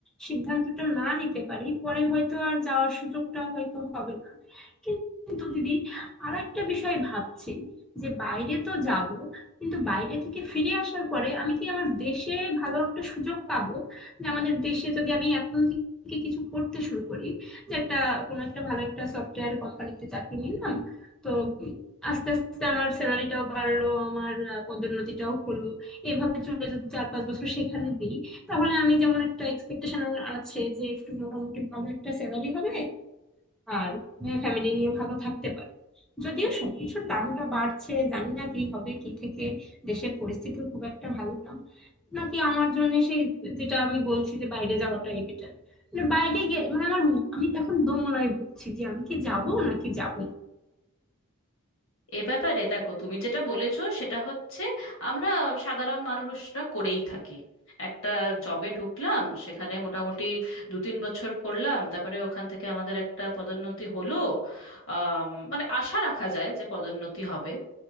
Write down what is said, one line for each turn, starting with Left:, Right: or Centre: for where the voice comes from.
Centre: সিদ্ধান্তটা না নিতে পারি পরে হয়তো আর যাওয়ার সুযোগটা হয়তো হবে না কিন্তু দিদি আর একটা বিষয় ভাবছি যে বাইরে তো যাব কিন্তু বাইরে থেকে ফিরে আসার পরে আমি কি আমার দেশে ভালো একটা সুযোগ পাবো যে আমাদের দেশে যদি আমি এখন থেকে কিছু করতে শুরু করি যে একটা কোনো একটা ভালো একটা সফটওয়্যার কোম্পানিতে চাকরি নিলাম তো আস্তে আস্তে আমার স্যালারিটাও বাড়লো আমার আহ, পদোন্নতিটাও হলো এভাবে চলে যদি চার পাঁচ বছর সেখানে দিই তাহলে আমি যেমন একটা এক্সপেকটেশন আমার আছে যে একটু মোটামুটি ভালো একটা স্যালারি হবে আর ফ্যামিলি নিয়ে ভালো থাকতে পারবো যদিও সবকিছুর দামটা বাড়ছে জানি না কি হবে কি থেকে দেশের পরিস্থিতিও খুব একটা ভালো না নাকি আমার জন্য সেই যেটা আমি বলছি যে বাইরে যাওয়াটাই বেটার মানে বাইরে গে মানে আমার আমি তখন দোমনায় ভুগছি যে আমি কি যাব নাকি যাব
Left: এ ব্যাপারে দেখো তুমি যেটা বলেছো সেটা হচ্ছে আমরা সাধারণ মানুষরা করেই থাকি একটা জবে ঢুকলাম সেখানে মোটামুটি দু তিন বছর করলাম তারপরে ওখান থেকে আমাদের একটা পদোন্নতি হলো আম, মানে আশা রাখা যায় যে পদোন্নতি হবে